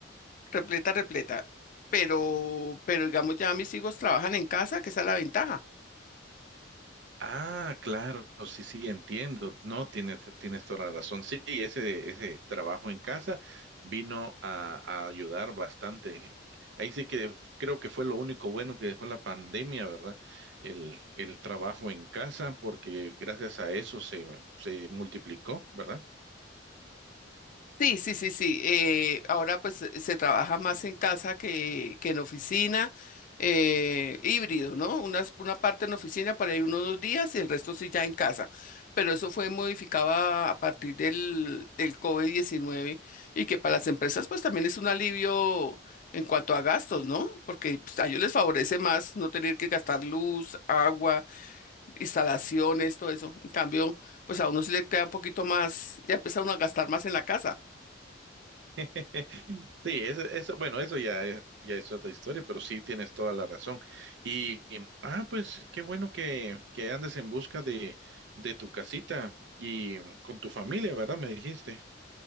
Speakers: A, on the left (about 45°); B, on the right (about 65°).
A: repleta, repleta. Pero, pero digamos, ya mis hijos trabajan en casa, que esa es la ventaja.
B: Ah, claro, sí, sí, entiendo. No, tienes, tienes toda la razón. Sí, ese, ese trabajo en casa vino a, a ayudar bastante. Ahí sí que creo que fue lo único bueno que dejó la pandemia, ¿verdad? El, el trabajo en casa, porque gracias a eso se, se multiplicó, ¿verdad?
A: Sí, sí, sí, sí. eh, ahora pues se se trabaja más en casa que, que en oficina, eh, híbrido, ¿no? Una, una parte en oficina para ahí unos dos días y el resto sí ya en casa. Pero eso fue modificado a, a partir del, del covid diecinueve y que para las empresas pues también es un alivio en cuanto a gastos, ¿no? Porque pues, a ellos les favorece más no tener que gastar luz, agua, instalaciones, todo eso. En cambio, pues a uno sí le queda un poquito más, ya empieza uno a gastar más en la casa.
B: <laughs> Sí, eso, eso, bueno, eso ya, es- ya es otra historia, pero sí tienes toda la razón. Y, y, ah, pues qué bueno que, que andes en busca de, de tu casita y mm, con tu familia, ¿verdad? Me dijiste.